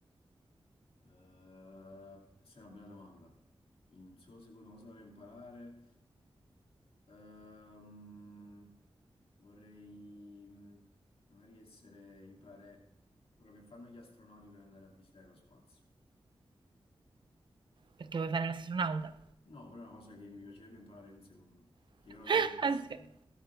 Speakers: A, on the left; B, on the right.
A: Eh, questa è una bella domanda. In solo secondo cosa vorrei imparare? Ehm, vorrei mh, magari essere, imparare quello che fanno gli astronauti per andare a visitare lo spazio.
B: Perché vuoi fare l'astronauta.
A: No, però è una cosa che mi piacerebbe imparare in un secondo,
B: <laughs>
A: che è una delle mie passioni.
B: Ah, sì. Eh,